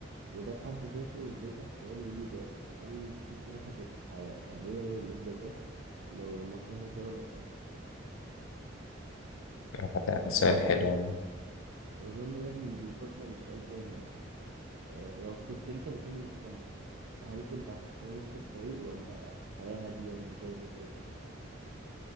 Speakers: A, on the right (about 60°); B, on the left (about 75°).
A: وده في حد ذاته بيطرح سؤال وجودي أصلا هل في قيمة حقيق- حقيقية للإنجازات لو مصيرها الزوال أصلا؟
B: <laughs>
A: أه
B: آه، سؤال
A: و-
B: حلو
A: وأظن ده بي- بيقودنا لسؤال تاني يعني أه لو كنت أنت مكان الإسكندر هل كنت هتختار نفس الطريق ولا حياة هادية من غير غزوات أصلا؟